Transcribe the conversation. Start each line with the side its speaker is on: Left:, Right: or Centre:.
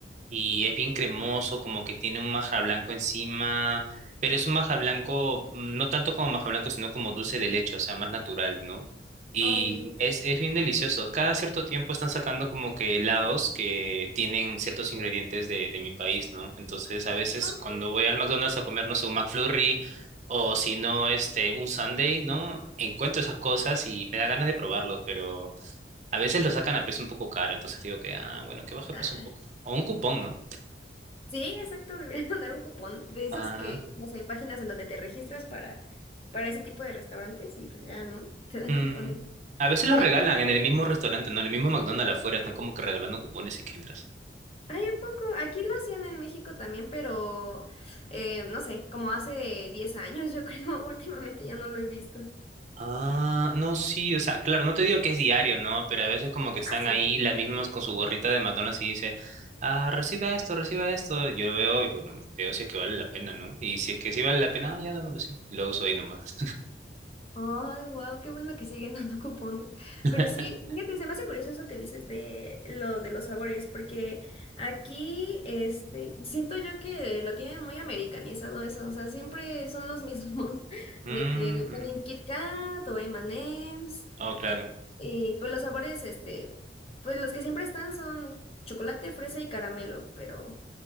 Right: Y es bien cremoso, como que tiene un maja blanco encima. Pero es un maja blanco, mm, no tanto como maja blanco, sino como dulce de leche, o sea, más natural, ¿no? Y
Left: ok.
Right: es, es bien delicioso. Cada cierto tiempo están sacando como que helados que tienen ciertos ingredientes de, de mi país, ¿no? Entonces, a veces
Left: Ah,
Right: cuando voy al McDonald's a comer, no sé, un McFlurry. O si no, este, un Sunday, ¿no? Encuentro esas cosas y me da ganas de probarlos, pero a veces lo sacan a precio un poco caro, entonces digo que, ah, bueno, que baje el
Left: ah,
Right: precio un poco. O un cupón, ¿no?
Left: Sí, exacto, <laughs> deberían mandar un cupón de esas
Right: Ah,
Left: que, no sé, páginas en donde te registras para, para ese tipo de restaurantes y pues ya, ¿no? <laughs> Te dan
Right: mm.
Left: cupones.
Right: A veces
Left: Oye,
Right: los regalan
Left: pero...
Right: en el mismo restaurante, ¿no? En el mismo McDonald's afuera, están como que regalando cupones y que entras.
Left: Ay, ¿a poco? Aquí lo hacían en México también, pero eh, no sé, como hace 10 años, yo creo, <laughs> últimamente ya no lo he visto.
Right: Ah, no, sí, o sea, claro, no te digo que es diario, ¿no? Pero a veces como que están
Left: Ah, sí.
Right: ahí las mismas con su gorrita de McDonald's y dice, ah, reciba esto, reciba esto. Yo lo veo y bueno, veo si es que vale la pena, ¿no? Y si es que sí vale la pena, ah, ya dámelo, sí. Y lo uso ahí nomás.
Left: Ay, wow, qué bueno que siguen dando cupones.
Right: <laughs>
Left: Pero sí, fíjate, se me hace curioso eso que dices de lo de los sabores, porque aquí, este, siento yo que lo tienen muy americanizado eso, o sea, siempre son los mismos, <laughs>
Right: Mm,
Left: de que le ponen Kit Kat o M&M's
Right: oh, claro.
Left: Y pues los sabores, este, pues los que siempre están son chocolate, fresa y caramelo, pero